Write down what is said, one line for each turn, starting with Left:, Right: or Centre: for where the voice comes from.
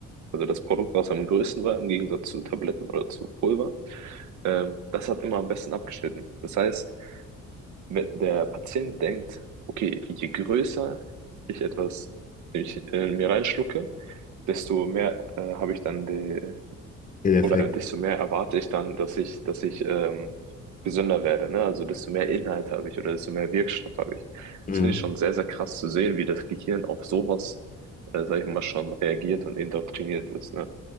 Right: also das Produkt, was am größten war, im Gegensatz zu Tabletten oder zu Pulver, ähm, das hat immer am besten abgeschnitten. Das heißt, wenn der Patient denkt, okay, je größer ich etwas ich, äh, mir reinschlucke, desto mehr äh, habe ich dann die,
Left: Der Effekt.
Right: oder äh, desto mehr erwarte ich dann, dass ich, dass ich ähm, gesünder werde, ne? Also desto mehr Inhalt habe ich oder desto mehr Wirkstoff habe ich.
Left: Mhm.
Right: Das finde ich schon sehr, sehr krass zu sehen, wie das Gehirn auf sowas, äh, sag ich mal, schon reagiert und indoktriniert ist, ne?